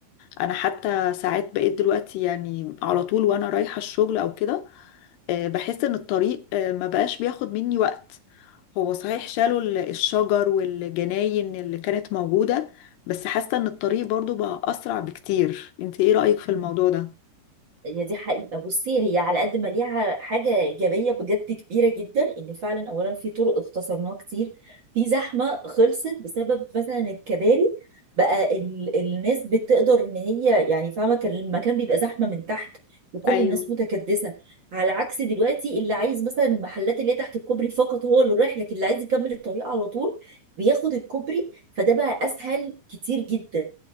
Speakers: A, on the left; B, on the right.
A: انا حتى ساعات بقيت دلوقتي يعني على طول وانا رايحة الشغل او كده آه، بحس ان الطريق آه، ما بقاش بياخد مني وقت هو صحيح شالوا ال- الشجر والجناين اللي كانت موجودة بس حاسة ان الطريق برضو بقى اسرع بكتير انت ايه رأيك في الموضوع ده
B: هي دي حقيقة بصي هي على قد ما ليها حاجة إيجابية بجد كبيرة جدا إن فعلا أولا في طرق اختصرناها كتير في زحمة خلصت بسبب مثلا الكباري بقى ال... الناس بتقدر إن هي يعني فاهمة كان المكان بيبقى زحمة من تحت وكل
A: ايوه
B: الناس متكدسة على عكس دلوقتي اللي عايز مثلا المحلات اللي هي تحت الكوبري فقط هو اللي رايح لكن اللي عايز يكمل الطريق على طول بياخد الكوبري فده بقى أسهل كتير جدا